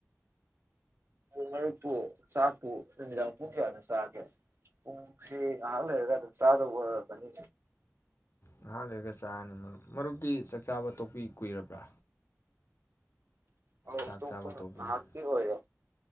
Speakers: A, on the right (about 70°); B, on the left (about 70°).
A: ꯄꯨꯡ ꯃꯔꯨꯛꯄꯨ ꯆꯥꯛꯄꯨ ꯅꯨꯃꯤꯗꯥꯡ ꯄꯨꯡ ꯀꯌꯥꯗ ꯆꯥꯒꯦ ꯄꯨꯡꯁꯤ ꯉꯥꯏꯍꯥꯛ ꯂꯩꯔꯒ ꯑꯗꯨꯝ ꯆꯥꯗꯧꯕ ꯑꯣꯏꯔꯃꯕꯅꯤ
B: ꯉꯥꯏꯍꯥꯛ ꯂꯩꯔꯒ ꯆꯥꯔꯅꯤ ꯃꯔꯨꯞ ꯃꯔꯨꯞꯇꯤ ꯆꯥꯛꯆꯥꯥꯕ ꯇꯣꯛꯄꯤ ꯀꯨꯏꯔꯕ꯭ꯔꯥ
A: ꯑꯥꯎ
B: ꯆꯥꯛ
A: ꯇꯣꯀꯄꯥ
B: ꯆꯥꯕ ꯇꯣꯛꯄꯁꯦ
A: ꯉꯥꯏꯍꯥꯛꯇꯤ ꯑꯣꯏꯔꯦ